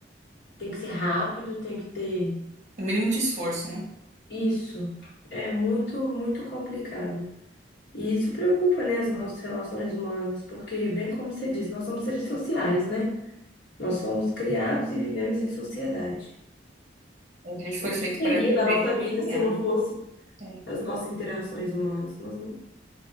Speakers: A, on the left; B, on the right.
A: e tem que ser rápido, tem que ter
B: o mínimo de esforço, né?
A: isso. É muito, muito complicado. E isso preocupa, né, as nossas relações humanas, porque, bem como você disse, nós somos seres sociais, né? Nós somos criados e vivemos em sociedade.
B: A gente foi
A: O
B: feito
A: que seria
B: para viver
A: da nossa vida
B: amanhã.
A: se não fosse
B: É.
A: as nossas interações humanas? Nós não,